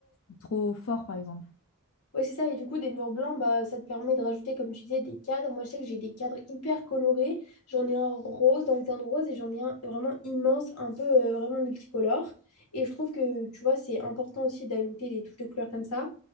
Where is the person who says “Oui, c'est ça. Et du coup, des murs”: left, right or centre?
Left